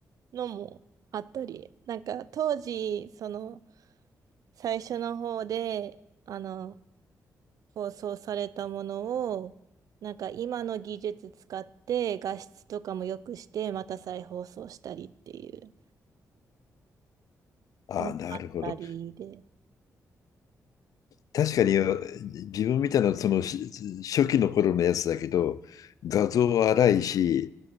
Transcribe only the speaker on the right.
のもあったり、なんか当時、その最初の方で、あの、放送されたものを、なんか今の技術使って画質とかも良くして、また再放送したりっていう
のもあったりで、